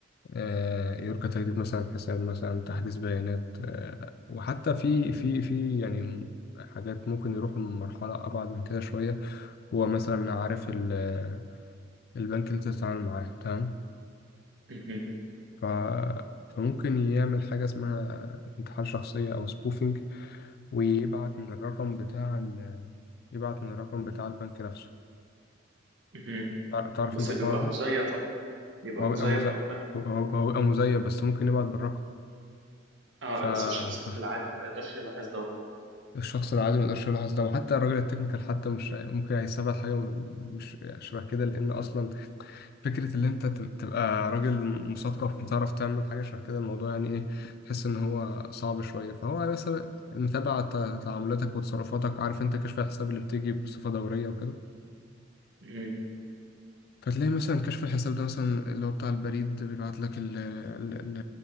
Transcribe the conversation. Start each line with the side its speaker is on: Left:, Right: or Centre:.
Left: آه، يرجى تجديد مثلا حساب مثلا تحديث بيانات آه، وحتى في في في يعني حاجات ممكن يروح لمرحلة أبعد من كده شوية هو مثلا عارف ال- البنك اللي أنت بتتعامل معاه تمام
Right: م- م.
Left: ف فممكن يعمل حاجة اسمها انتحال شخصية أو سبوفينج ويبعت من الرقم بتاع ال- يبعت من الرقم بتاع البنك نفسه
Right: م- م.
Left: تع- تعرف
Right: بس
Left: أنت الحوار
Right: بيبقى
Left: ده؟
Right: مزيف بيبقى
Left: هو
Right: مزيف
Left: بيبقى مز-
Right: اكتر من
Left: هو
Right: إن هو-
Left: هو بيبقى مزيف بس ممكن يبعت بالرقم
Right: اه
Left: ف...
Right: بس الشخص
Left: ف...
Right: العادي ما يقدرش يلاحظ دوت
Left: الشخص العادي ما يقدرش يلاحظ ده وحتى الراجل التكنيكال حتى مش هي- ممكن هيستبعد حاجة م- مش يعني شبه كده لأن أصلا فكرة إن أنت ت- تبقى راجل مثقف وتعرف تعمل حاجة شبه كده الموضوع يعني إيه تحس إن هو صعب شوية فهو مثلا متابع ت- تعاملاتك وتصرفاتك عارف أنت كشف الحساب اللي بتيجي بصفة دورية وكده
Right: مهم.
Left: فتلاقي مثلا كشف الحساب ده مثلا اللي هو بتاع البريد بيبعت لك ال ال ال